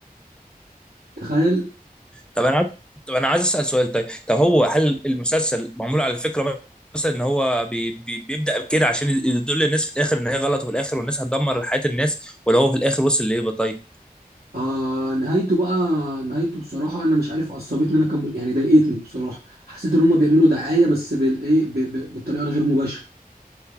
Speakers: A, on the right; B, in the centre.
A: تخيل
B: طب انا عايز طب انا عايز اسال سؤال طيب طب هو هل المسلسل معمول على فكره مثلا ان هو بي... بي... بيبدا كده عشان يدل الناس في الاخر ان هي غلط وفي الاخر والناس هتدمر حياه الناس ولا هو في الاخر وصل لايه بقى طيب
A: آه نهايته بقى نهايته بصراحة أنا مش عارف عصبتني أنا كم يعني ضايقتني بصراحة حسيت إن هما بيعملوا دعاية بس بال إيه ب- ب- بالطريقة الغير مباشرة